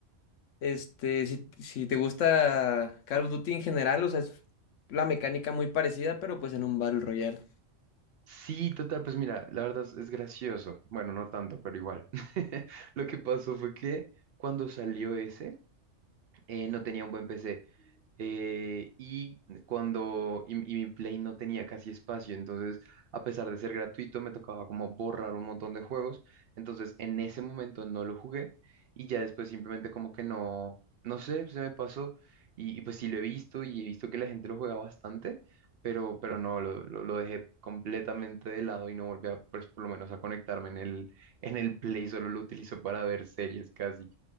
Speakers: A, on the left; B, on the right.
A: este, si, si te gusta Call of Duty en general, o sea, es la mecánica muy parecida, pero pues en un Battle Royale.
B: Sí, total, pues mira, la verdad es, es gracioso. Bueno, no tanto, pero igual. <laughs> Lo que pasó fue que cuando salió ese, eh, no tenía un buen PC. eh, y cuando y, y mi Play no tenía casi espacio, entonces a pesar de ser gratuito me tocaba como borrar un montón de juegos, entonces en ese momento no lo jugué y ya después simplemente como que no, no sé, se me pasó y, y pues sí lo he visto y he visto que la gente lo juega bastante, pero, pero no, lo, lo, lo dejé completamente de lado y no volví a, pues por lo menos a conectarme en el, en el Play, solo lo utilizo para ver series casi.